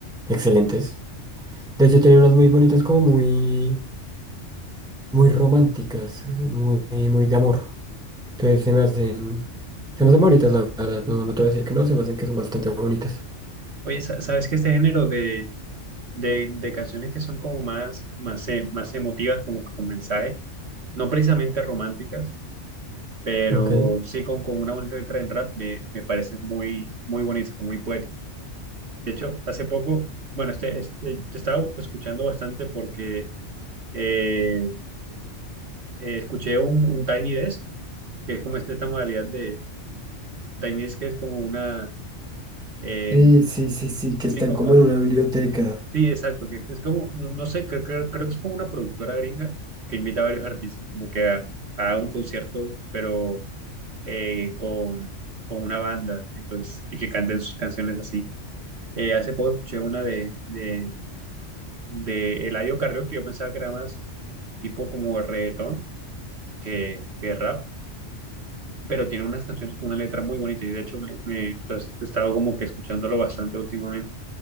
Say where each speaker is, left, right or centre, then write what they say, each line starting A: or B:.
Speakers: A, in the centre; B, on the right (about 60°).
A: excelentes. De hecho, tenía unas muy bonitas, como muy, muy románticas, muy, muy de amor. Entonces se me hacen. Se me hacen bonitas, la verdad. No, no te voy a decir que no, se me hacen que son bastante bonitas.
B: Oye, sa- ¿sabes que este género de, de, de canciones que son como más, más, e- más emotivas, como que con mensaje, no precisamente románticas, pero
A: Ok.
B: sí con, con una bonita letra en rap me, me parece muy, muy bonito, muy poético. De hecho, hace poco, bueno, este, este, te estaba escuchando bastante porque eh, eh, escuché un, un Tiny Desk, que es como esta, esta modalidad de Tiny Desk, que es como una... eh,
A: Sí, sí, sí, sí, que están
B: sí, co-
A: como
B: co-
A: en una biblioteca.
B: sí, exacto, que es como, no, no sé, creo, creo, creo que es como una productora gringa que invita a varios artistas como que a, a un concierto, pero eh, con, con una banda, entonces, y que canten sus canciones así Eh, hace poco escuché una de, de, de Eladio Carrión que yo pensaba que era más tipo como reggaetón que, que rap, pero tiene unas canciones con una letra muy bonita y de hecho me, me- entonces he estado como que escuchándolo bastante últimamente